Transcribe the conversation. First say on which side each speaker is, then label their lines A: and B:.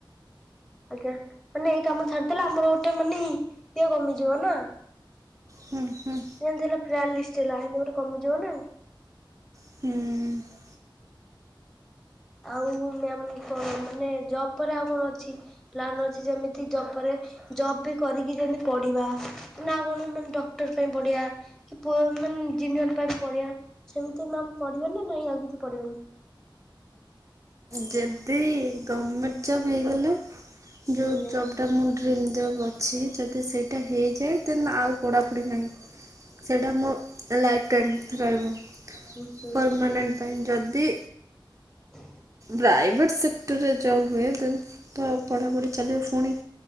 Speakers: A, in the centre; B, on the right.
A: ଆଜ୍ଞା ମାନେ ଏଇ କାମ ଛାଡିଦେଲେ ଆମର ଗୋଟେ ମାନେ ଇଏ କମିଯିବ ନା
B: ହୁଁ ହୁଁ।
A: ଏମିତି ହେଲେ ପ୍ରା ଲିଷ୍ଟ ହେଲା ଏମିତି ଗୋଟେ ଲାଇନ୍ କମଯିବ ନା ଆଉ
B: ହୁଁ।
A: ଆଉ ମ୍ୟାମ୍ କଣ ଜବ ପରେ ଆଉ କଣ ଅଛି ପ୍ଲାନ୍ ଅଛି ଜବ ପରେ ଜବ ବି କରିକି ଯେମିତି ପଢ଼ିବା ନା କଣ ଡକ୍ଟର ପାଇଁ ପଢ଼ିବା? କି ପୁଅ ମାନେ ଜିନିଅର ପାଇଁ ପଢିଆ ସେମିତି ମ୍ୟାମ ପଢିବେ ନା ନାଇଁ ଆଉ କିଛି ପଢିବେନି।
B: ଯଦି ଗମେଣ୍ଟ ଜବ ହେଇଗଲା ଯୋଉ
A: ଆଜ୍ଞା
B: ଜବ ଟା ମୁଁ ଡ୍ରିମ ଜବ୍ ଅଛି ଯଦି ସେଇଟା ହେଇଯାଏ ତେ ଆଉ ପଢାପଢି ନାହିଁ। ସେଇଟା ମୋ ଲାଇଫ୍ ଟାଇମ୍ ରହିବ
A: ଉଁ ହୁଁ
B: ପରମାନେଣ୍ଟ ପାଇଁ ଯଦି
A: ହ
B: ପ୍ରାଇଭେଟ୍ ସେକ୍ଟରରେ ଜବ୍ ହୁଏ ତ ପଢ଼ାପଢ଼ି ଚାଲିବ ପୁଣି